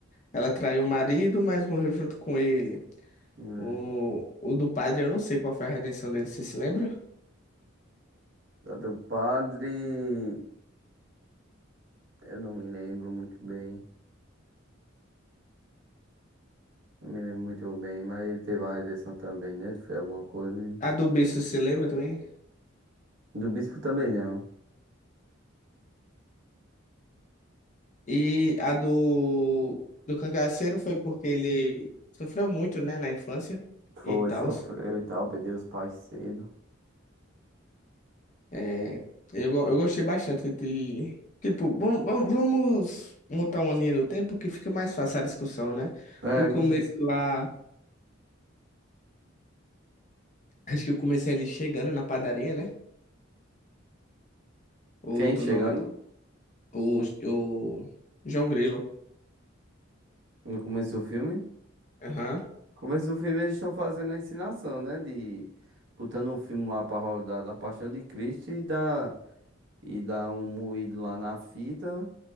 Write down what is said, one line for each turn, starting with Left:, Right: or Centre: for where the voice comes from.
Left: ela traiu o marido, mas morreu junto com ele.
Right: né?
Left: O, o do padre, eu não sei qual foi a redenção dele, você se lembra?
Right: A do padre. Eu não me lembro muito bem. Não me lembro muito bem, mas ele teve uma redenção também, né? Ele fez alguma coisa. e-
Left: A do bispo, se lembra também?
Right: Do bispo também não.
Left: E a do, do cangaceiro foi porque ele sofreu muito, né, na infância
Right: Foi,
Left: e tal.
Right: sofreu e tal, perdeu os pais cedo.
Left: É, eu, go- eu gostei bastante de. Tipo, vam- vam- vamos montar uma linha do tempo que fica mais fácil a discussão, né?
Right: É,
Left: O começo
Right: com cer-
Left: lá. Acho que eu comecei ele chegando na padaria, né? Ou
Right: quem
Left: tu
Right: chegando
Left: não lembra? O, o João Grilo.
Right: no começo do filme? No
Left: Aham.
Right: começo do filme eles estão fazendo a ensinação, né? De botando um filme lá pra rodar da Paixão de Cristo e dá, e dá um moído lá na fita.